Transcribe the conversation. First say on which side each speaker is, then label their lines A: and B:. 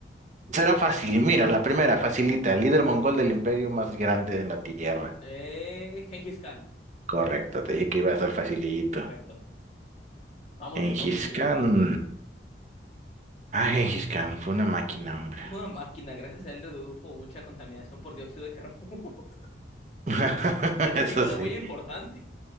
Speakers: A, on the right (about 40°); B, on the left (about 35°).
A: Será fácil, mira, la primera, facilita, líder mongol del imperio más grande de la tierra.
B: Eh, Gengis Khan.
A: Correcto, te dije que iba a estar facilito.
B: Perfecto. Vamos
A: Gengis
B: bien, vamos bien.
A: Khan. Ah, Gengis Khan, fue una máquina, hombre.
B: Una máquina, gracias a él redujo mucha contaminación por dióxido de carbono. <laughs>
A: <laughs>
B: De hecho,
A: Eso
B: quitó una
A: sí.
B: huella importante.